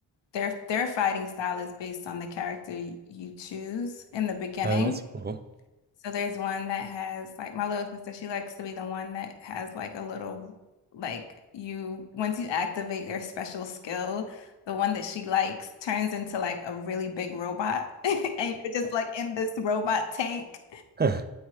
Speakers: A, on the left (about 70°); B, on the right (about 25°).
A: their their fighting style is based on the character y- you choose in the beginning.
B: Oh, that's cool.
A: So there's one that has like my little sister, she likes to be the one that has like a little like you once you activate their special skill, the one that she likes turns into like a really big robot <laughs> and you're just like in this robot tank.
B: Huh.